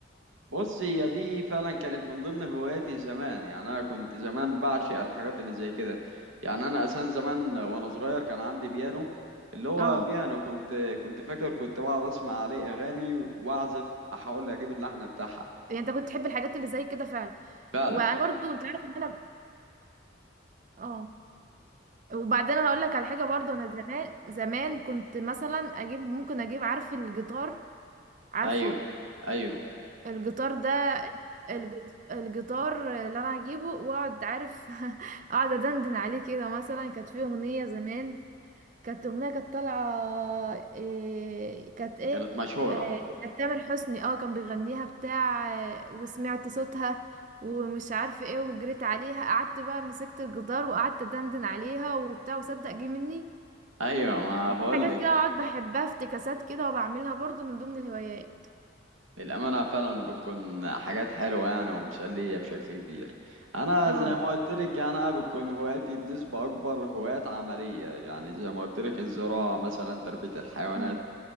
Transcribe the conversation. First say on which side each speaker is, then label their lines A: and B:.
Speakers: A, on the right (about 85°); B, on the right (about 40°).
A: بص هي دي فعلا كانت من ضمن هواياتي زمان يعني انا كنت زمان بعشق الحاجات اللي زي كده يعني انا اساسا زمان وانا صغير كان عندي بيانو اللي هو
B: اه
A: بيانو كنت كنت فاكر كنت بقعد اسمع عليه اغاني واعزف احاول اجيب اللحن بتاعها
B: يعني انت كنت تحب الحاجات اللي زي كده فعلا
A: فعلا
B: وانا برضو انت عارف ان انا اه وبعدين انا اقول لك على حاجة برضو انا زمان زمان كنت مثلا اجيب ممكن اجيب عارف الجيتار عارفه
A: ايوه ايوه
B: الجيتار ده الج- الجيتار اللي انا هجيبه واقعد عارف <laughs> اقعد ادندن عليه كده مثلا كانت فيه اغنية زمان كانت أغنية كانت طالعة إيه كانت إيه
A: كانت مشهورة
B: إيه، كانت تامر حسني اه كان بيغنيها بتاع آه، وسمعت صوتها ومش عارفة ايه وجريت عليها قعدت بقى مسكت الجدار وقعدت دندن عليها وبتاع وصدق جه مني
A: ايوه ما بقولك
B: في حاجات كده اقعد
A: يعني.
B: بحبها افتكاسات كده وبعملها برضو من ضمن الهوايات
A: للأمانة فعلا بتكون حاجات حلوة يعني ومسلية بشكل كبير أنا
B: اه
A: زي ما قلت لك أنا بتكون هواياتي بنسبة أكبر هوايات عملية يعني زي ما قلت لك الزراعة مثلا تربية الحيوانات
B: امم